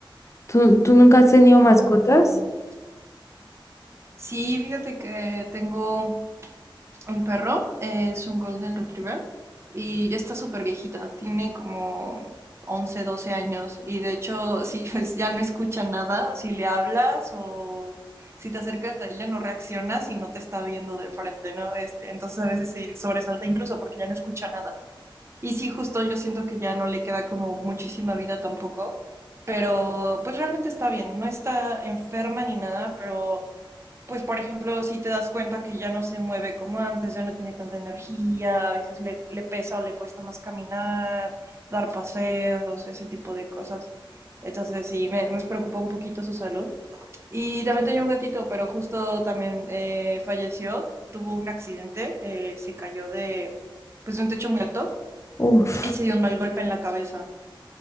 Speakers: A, on the left; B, on the right.
A: ¿Tú, tú nunca has tenido
B: Ay,
A: mascotas?
B: no. Sí, fíjate que tengo un perro, es un Golden Retriever y ya está súper viejita, tiene como 11, 12 años y de hecho si <laughs> pues, ya no escucha nada, si le hablas o si te acercas a ella no reaccionas y no te está viendo de frente, ¿no? Este, entonces a veces se sobresalta incluso porque ya no escucha nada. Y sí, justo yo siento que ya no le queda como muchísima vida tampoco, pero pues realmente está bien, no está enferma ni nada, pero pues por ejemplo, si te das cuenta que ya no se mueve como antes, ya no tiene tanta energía, a veces le, le pesa o le cuesta más caminar, dar paseos, ese tipo de cosas. Entonces sí, me, me preocupa un poquito su salud. Y también tenía un gatito, pero justo también eh, falleció, tuvo un accidente, eh, se cayó de, pues, de un techo muy alto
A: Uf,
B: y se dio un mal golpe en la cabeza